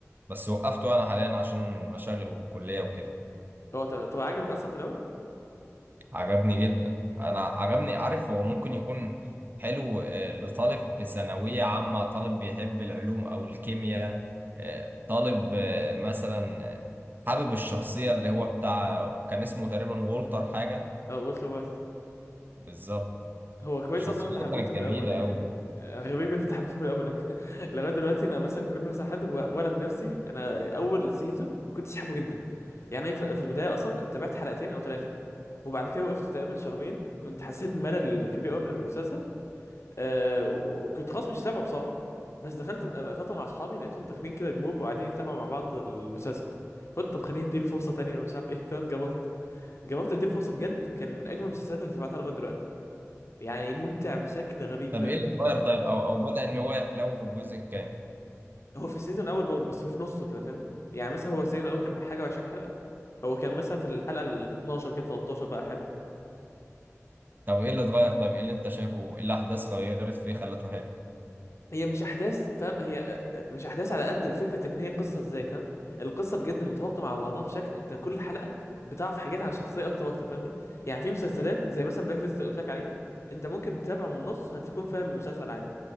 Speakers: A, on the right; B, on the left.
A: بس وقفته انا حاليا عشان مشاغل والكلية وكده
B: هو تمام طب عجبك اصلا في الاول
A: عجبني جدا انا عجبني عارف هو ممكن يكون حلو آه، لطالب في ثانوية عامة طالب بيحب العلوم او الكيمياء آه، طالب آه، مثلا آه، حابب الشخصية اللي هو بتاع كان اسمه تقريبا وولتر حاجة
B: اه والتر وايت
A: بالظبط
B: هو كويس
A: شخصيته
B: اصلا إن انت حبيته
A: كانت
B: من
A: جميلة
B: الاول يعني
A: قوي
B: آه، غريب ان انت حبيته من الاول <laughs> لغايه دلوقتي انا مثلا كل مثلا حد و... وانا بنفسي انا اول سيزون ما كنتش حابه جدا يعني في في البدايه اصلا كنت تابعت حلقتين او ثلاثه وبعد كده وقفت تقريبا شهرين كنت حسيت بملل كبير قوي من المسلسل آه وكنت خلاص مش سامعه بصراحه بس دخلت فتره مع اصحابي لقيتهم داخلين كده جروب وقاعدين يتابعوا مع بعض المسلسل فقلت طب خليني اديله فرصه تانية مش عارف ايه <laughs> فاهم جربت جربت اديله فرصه بجد كان من اجمل المسلسلات اللي سمعتها لغايه دلوقتي يعني ممتع بشكل غريب
A: طب
B: فاهم
A: ايه اللي اتغير طيب او او بدأ ان هو يحلو في الجزء الكام
B: هو في السيزون الاول برضه بس في نصه كده فاهمني يعني مثلا هو السيزون الاول كان حاجه و20 حلقه هو كان مثلا في الحلقه ال 12 كده 13 بقى
A: طب ايه اللي اتغير طيب ايه اللي انت شايفه ايه الاحداث غيرت فيه خلته حلو
B: هي مش احداث فاهم هي آه، آه، مش احداث على قد فكره ان هي قصه ازاي فاهم القصه بجد مترابطه مع بعضها بشكل انت كل حلقه بتعرف حاجات عن شخصيه اكتر واكتر فاهمني يعني في مسلسلات زي مثلا بلاك ليست اللي قلت لك عليه انت ممكن تتابعه من النص هتكون فاهم المسلسل عادي